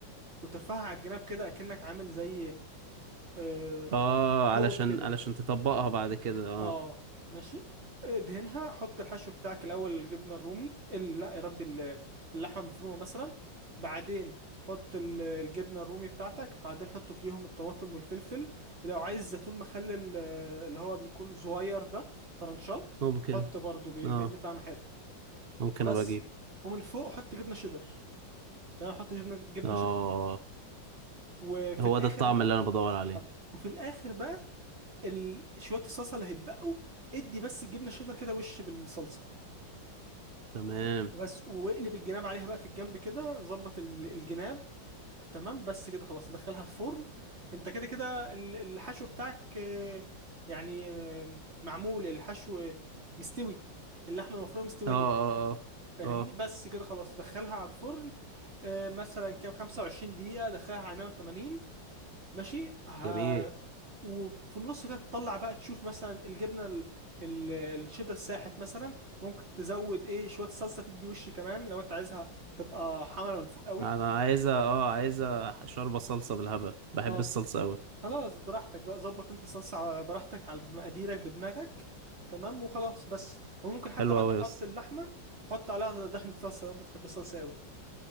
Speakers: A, on the right; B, on the right.
A: وترفعها على الجناب كده أكنك عامل زي آه،
B: اه علشان
A: حوض كده
B: علشان تطبقها بعد كده اه
A: اه ماشي ادهنها حط الحشو بتاعك الاول الجبنه الرومي ال- لا يا ربي ال- اللحمه المفرومه مثلا بعدين حط ال- الجبنه الرومي بتاعتك بعدين حط فيهم الطماطم والفلفل ولو عايز زيتون مخلل آه، اللي هو بيكون صغير ده طرنشات
B: ممكن
A: حط برضو بي-
B: اه
A: بيدي طعم حلو
B: ممكن
A: وبس
B: ابقى اجيب
A: ومن فوق حط جبنه شيدر تمام حط جبنه جبنه
B: اه
A: شيدر وفي
B: هو
A: الاخر
B: ده الطعم
A: بقى
B: اللي انا بدور عليه
A: وفي الاخر بقى ال- شويه الصلصه اللي هيتبقوا ادي بس الجبنه الشيدر كده وش بالصلصه
B: تمام
A: وبس واقلب الجناب عليها بقى في الجنب كده ظبط ال- الجناب تمام بس كده خلاص تدخلها الفرن انت كده كده ال- الحشو بتاعك آه، يعني آه، معمول الحشو مستوي اللحمة المفرومة مستوية
B: اه اه
A: فاهمني
B: اه اه
A: بس كده خلاص تدخلها على الفرن آه، مثلا كام 25 دقيقة دخلها على 180 ماشي ها...
B: جميل
A: وفي النص كده تطلع بقى تشوف مثلا الجبنه ال... ال... الشيدر ساحت مثلا ممكن تزود ايه شويه صلصه تدي وش كمان لو انت عايزها تبقى حمرا من فوق قوي
B: انا عايزه اه عايزه شوربه صلصه بالهبل بحب
A: اه
B: الصلصه قوي
A: خلاص براحتك بقى ظبط انت الصلصه على براحتك على مقاديرك بدماغك تمام وخلاص بس وممكن حتى
B: حلو
A: بعد
B: قوي
A: ما
B: يا
A: تحط
B: اسطى
A: اللحمه حط عليها دهنه صلصه لو انت تحب الصلصه قوي